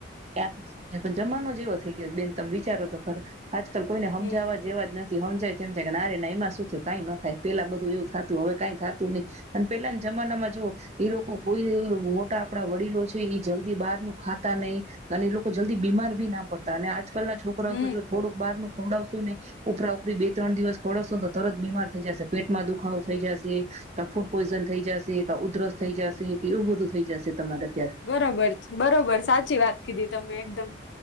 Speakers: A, on the right; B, on the left.
A: ત્યાં સમજે પણ જમાનો જે એવો થઈ ગયો બેન. તમે વિચારો તો ખરા આજકાલ કોઈને હમજાવવા
B: હમ
A: જેવા જ નથ થી. હમજાય તેમજાય કે નારે ના એમાં શું થું કઈ ન થાય પેલા બધું એવું થતું હવે કઈ થતું નહી અને પેલાના જમાનામાં જો એ લોકો કોઈ મોટા આપડા વડીલો છે એ જલ્દી બહારનું ખાતા નહી અને એ લોકો જલ્દી બીમાર ભી ના પડતા અને આજ કાલના છોકરાઓ
B: હમ
A: તો જો થોડક બારનું ખવડાવશો ને ઉપરા ઉપરી બે ત્રણ દિવસ ખવડાવશોને તો તરત બીમાર થઇ જશે પેટ માં દુખાવો થઈ જશે ક ફૂડ પોઈઝન થઈ જશે કા ઉધરસ થઈ જશે કે એવું બધું થઈ જશે. તમારે અત્યારે
B: બરોબર છ બરોબર સાચી વાત કીધી. તમે એકદમ